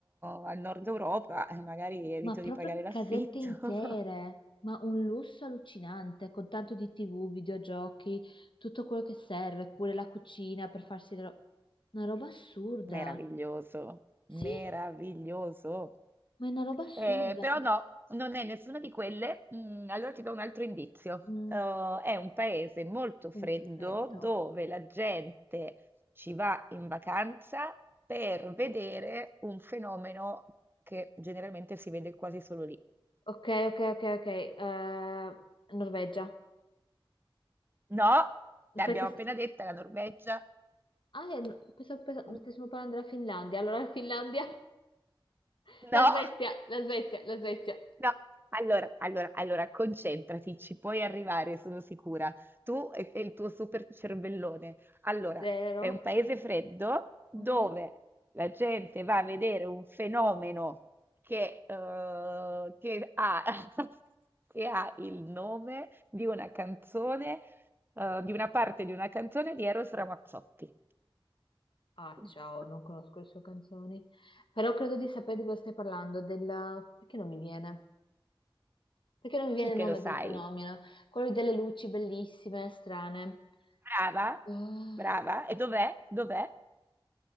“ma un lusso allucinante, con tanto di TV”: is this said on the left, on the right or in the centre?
Left